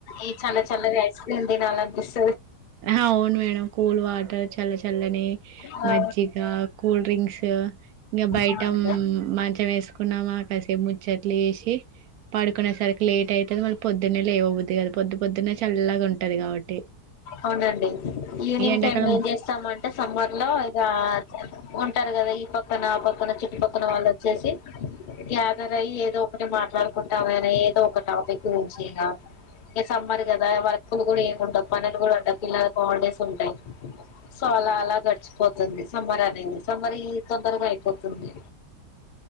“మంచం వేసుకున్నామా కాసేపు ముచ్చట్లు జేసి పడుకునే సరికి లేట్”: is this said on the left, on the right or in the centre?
Right